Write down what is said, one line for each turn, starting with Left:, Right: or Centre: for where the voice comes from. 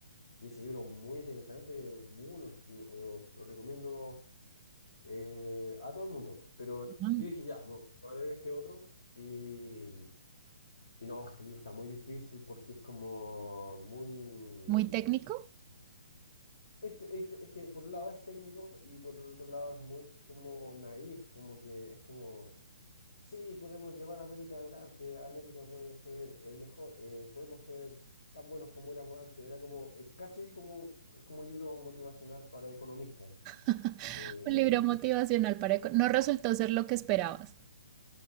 Left: y ese libro muy interesante, uh, lo, lo- lo recomiendo eh, a todo el mundo. Pero
Right: <laughs>
Left: yo
Right: mm,
Left: dije ya, me voy a leer este otro y y no, este libro está muy difícil porque es como muy...
Right: Muy técnico.
Left: este- este- es que por un lado es técnico y por otro lado es muy como naif, como que es como, sí, podemos llevar a América adelante, América puede ser el mejor, eh, podemos ser tan buenos como éramos antes. Era como, es casi como, es como un libro motivacional para economistas.
Right: <laughs>
Left: Eh,
Right: Un libro motivacional para... co- No resultó ser lo que esperabas.